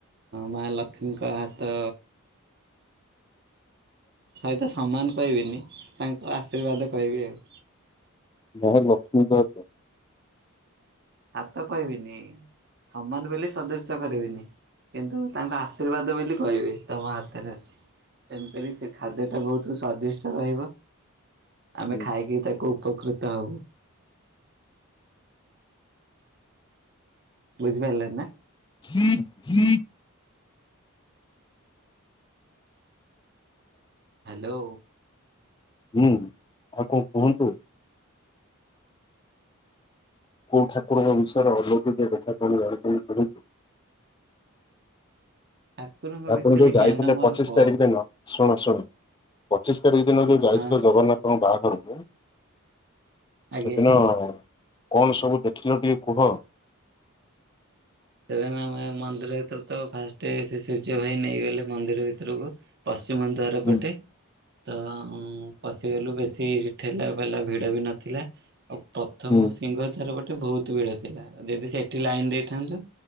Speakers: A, on the right (about 50°); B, on the left (about 20°).
A: ମା ଲକ୍ଷ୍ମୀ ଙ୍କ ହାତ ସହିତ ସମାନ କହିବିନି ତାଙ୍କ ଆଶୀର୍ବାଦ କହିବି ଆଉ।
B: କାହା ଲକ୍ଷ୍ମୀଙ୍କ ହାତ?
A: ହାତ କହିବିନି ସମାନ ବୋଲି ସଦୃଶ୍ୟ କରିବିନି। କିନ୍ତୁ ତାଙ୍କ ଆଶୀର୍ବାଦ ବୋଲି କହିବି ତମ ହାତରେ ଅଛି। ତେଣୁକରି ସେ ଖାଦ୍ୟ ଟା ବହୁତ୍ ସ୍ଵାଦିଷ୍ଟ ରହିବ ଆମେ
B: ହୁଁ
A: ଖାଇକି ତାକୁ ଉପକୃତ ହବୁ। ବୁଝିପାରିଲେ ନା?
B: <unintelligible>
A: ହାଲୋ।
B: ହୁଁ। ଆଉ କଁ କୁହନ୍ତୁ? କୋଉ ଠାକୁରଙ୍କ ବିଷୟରେ ଅଲୌକିକ କଥା କଣ ଜାଣି ଥାଇ ପାରେକି।
A: ଠାକୁରଙ୍କ
B: ଆପଣ
A: ବିଷୟରେ
B: ଯୋଉ ଯାଇଥିଲେ
A: ଜ୍ଞାନ ମୋର
B: ପଚିଶି୍
A: କମ୍
B: ତାରିଖ୍ ଦିନ ଶୁଣ ଶୁଣ ପଚିଶି୍ ତାରିଖ୍ ଦିନ ଯୋଉ ଯାଇଥିଲ
A: ହଁ
B: ଜଗନ୍ନାଥଙ୍କ ବାହାଘରକୁ
A: ଆଜ୍ଞା।
B: ସେଦିନ କଣ ସବୁ ଦେଖିଲ ଟିକେ କୁହ?
A: ସେଦିନ ଆମେ ମନ୍ଦିର ଭିତରେ ତ ଫାଷ୍ଟେ ସେ ସୂର୍ଯ୍ୟ ଭାଇ ନେଇଗଲେ ମନ୍ଦିର ଭିତରକୁ ପଶ୍ଚିମ ଦ୍ୱାର
B: ହୁଁ
A: ପଟେ ତ ପଶିଗଲୁ ବେଶୀ ଠେଲା ପେଲା ଭିଡ଼ ବି ନଥିଲା। ଆଉ ପ୍ରଥମ
B: ହୁଁ
A: ସିଂଘ ଦ୍ୱାର ବାଟେ ବହୁତ୍ ଭିଡ ଥିଲା ଯଦି ସେଠି ଲାଇନ୍ ଦେଇଥାନ୍ତୁ